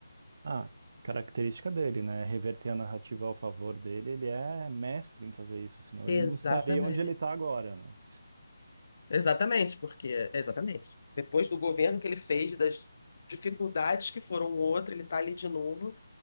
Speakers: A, on the right; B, on the left.
A: Ah, característica dele, né? Reverter a narrativa ao favor dele, ele é mestre em fazer isso, senão
B: Exatamente.
A: ele não estaria onde ele está agora, né?
B: Exatamente, porque exatamente. Depois do governo que ele fez, das dificuldades que foram o outro, ele está ali de novo,